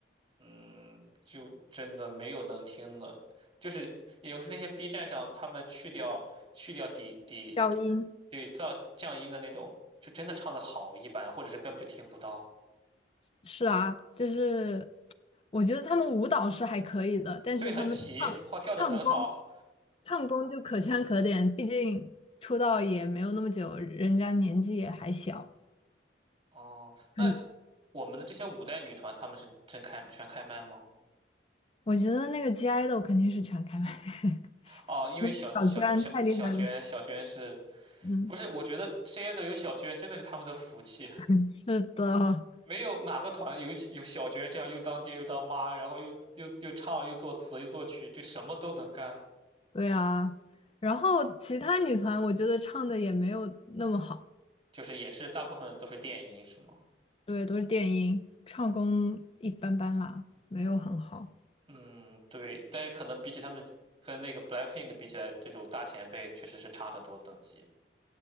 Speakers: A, on the right; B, on the left.
A: 嗯，就真的没有能听的，就是有时那些 B 站上他们去掉去掉底底，
B: 赵英，
A: 就是对噪降音的那种，就真的唱的好一般，或者是根本就听不到。
B: 是啊，就是我觉得他们舞蹈是还可以的，但是他们唱唱功
A: 对，很齐，号跳的很好。
B: 唱功就可圈可点，毕竟出道也没有那么久，人家年纪也还小，
A: 哦，那
B: 很，
A: 我们的这些五代女团，她们是真开全开麦吗？
B: 我觉得那个 G idol 肯定是全开麦，<laughs>
A: 哦，因为小小小小娟，
B: 那个小娟太厉害了。
A: 小娟是
B: 嗯，
A: 不是？我觉得 J 都有小娟真的是他们的福气，
B: <laughs> 是的，
A: 没有哪个团有有小娟这样又当爹又当妈，然后又又又唱又作词又作曲，就什么都能干，
B: 对啊，然后其他女团我觉得唱的也没有那么好，
A: 就是也是大部分都是电音是吗？
B: 对，都是电音，唱功一般般啦，没有很好。
A: 嗯，对，但是可能比起他们跟那个 BLACKPINK 比起来，这种大前辈确实是差很多等级。